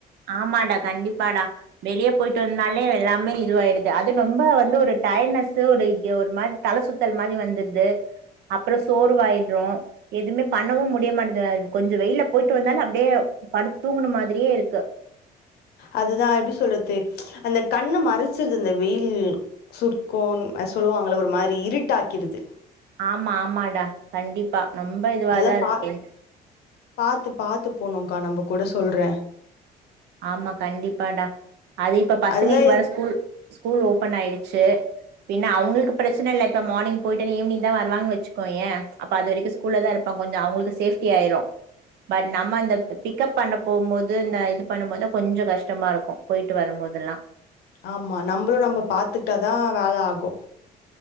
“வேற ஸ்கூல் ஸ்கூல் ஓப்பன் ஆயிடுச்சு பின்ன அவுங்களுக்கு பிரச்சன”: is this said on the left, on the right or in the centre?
Right